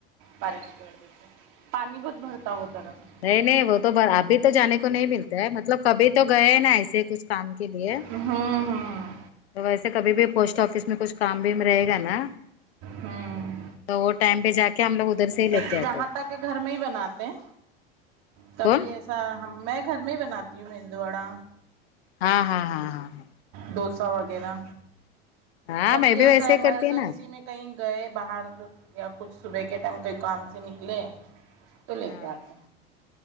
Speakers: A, on the right; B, on the left.
A: بارش کی وجہ سے پانی بت بھرتا وه طرف
B: نہیں نہیں وہ تو بھر ابھی تو جانے کو نہیں ملتا ہے مطلب کبھی تو گئے نا ایسے ہی کچھ کام کے لیے
A: ہوں ہوں
B: تو ویسے کبھی بھی پوسٹ آفس میں کچھ کام بھیم رہے گا نا
A: ہوں
B: تو وہ ٹائم پہ جا کے ہم لوگ ادھر سے ہی
A: ایسے
B: لے کے
A: جہاں
B: آتے ہیں
A: تک گھر میں ہی بناتے ہیں تبھی
B: کون
A: ایسے سا میں گھر میں ہی بناتی ہوں مدو وڑا
B: ہاں ہاں ہاں ہاں
A: ڈوسا وغیرہ
B: ہاں
A: کبھی
B: میں بھی
A: ایسا
B: ویسے
A: ایمرجنسی
B: ہی کرتی ہے نا
A: میں کہیں گئے باہر یا کچھ صبح کے ٹائم کوئی کام سے نکلے تو
B: ہاں
A: لے کے آتے